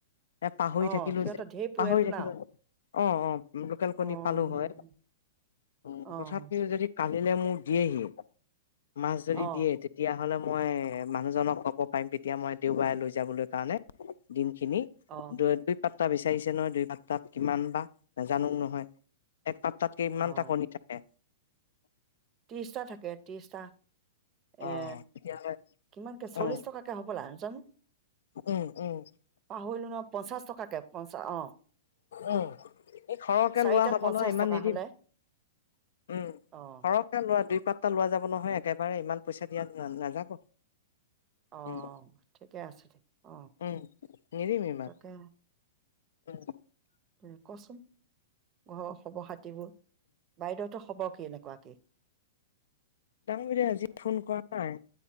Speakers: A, on the left; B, on the right.
A: এ পাহৰি
B: অ',
A: থাকিলোঁ
B: সিহঁতৰ
A: যে,
B: ঢেৰ পুৰেতো
A: পাহৰি থাকিলোঁ।
B: না
A: অ অ লোকেল কণী
B: অ',
A: পালোঁ হয়। উম,
B: অ',
A: তথাপিও যদি আনিলে মোক দিয়ে হি। মাছ যদি
B: অ',
A: দিয়ে, তেতিয়া নহ'লে মই মানুহজনক ক'ব পাৰিম তেতিয়া, মই দেওবাৰে লৈ যাবলৈ কাৰণে। দিম খিনি
B: অ',
A: দুই <unintelligible> তা বিচাৰিছে নহয় দুই পাতাত কিমান বা, নাজানোঁং নহয়। এক পাতাত কিমানটা
B: অ',
A: কনি থাকে <inaudible>
B: ত্ৰিশটা থাকে ত্ৰিশটা
A: অ
B: এ
A: তেতিয়াহ'লে
B: কিমানকে চল্লিশ
A: উম
B: টকাকে হবলা জানো
A: উম উম
B: পাহৰিলো ন পঞ্চাছ টকাকে পঞ্চাশ অ',
A: উম এই সৰহকে
B: চাৰিটাত
A: লোৱা হব
B: পঞ্চাশ
A: ন ইমান
B: টকা
A: নিদিবি
B: হ'লে
A: উম সৰহ
B: অ',
A: লোৱা দুই পাতটা লোৱা যাব নহয় একেবাৰে ইমান পইচা দিয়া না নাযাব
B: অ
A: উম
B: ঠিকে আছে ঠিক অ
A: উম নিদিম ইমান
B: তাকে
A: উম
B: উম কচোন ঘৰৰ খবৰ খাতি কাটিবোৰ বাইদেউহঁতৰ হ'ব কি এনেকুৱাকে
A: ডাঙৰ বাইদই আজি ফোন কৰা নাই